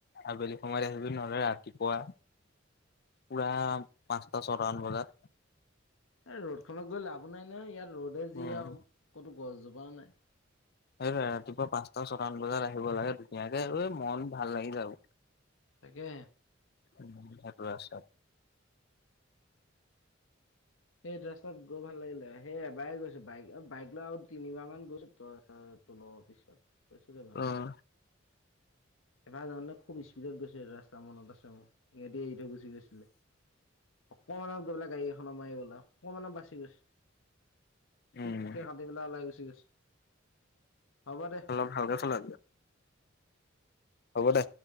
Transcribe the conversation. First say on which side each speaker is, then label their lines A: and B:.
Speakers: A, on the left; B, on the left.
A: আবেলি সময়ত আহিবি নহলে ৰাতিপুৱা পুৰা পাঁচটা ছটামান বজাত
B: এই ৰ'দ খত গৈ লাভো নাই নাই ইয়াত ৰ'দে যি
A: উম
B: আৰু ক'তো গছজোপা নাই
A: সটো ৰাতিপুৱা পাঁচটা ছটামান বজাত আহিব লাগে ধুনীয়াকে ঐ মন ভাল লাগি যাব
B: তাকে
A: উ সেইটো আছে
B: সেই ৰাস্তাত গৈ ভাল লাগিলে সেই এবাৰ গৈছো বাইক বাইক লৈ আৰু তিনিবাৰ মান গৈছো তো ল পিছত কৈছো জ
A: উম
B: এফাল জানে খুব স্পীডত গৈছিল ৰাস্তা মনত আছে মোৰ ইহতে এৰি থৈ গুচি গৈছিলে অকমানত গৈ বোলে গাড়ী এখননৰ মাৰিবলে অকমানত বাচি গৈছে
A: উম
B: চুইটকে কাটি পেলা ওলাই গুচি গৈছে হ'ব দে
A: ভাল চলা হ'ব দে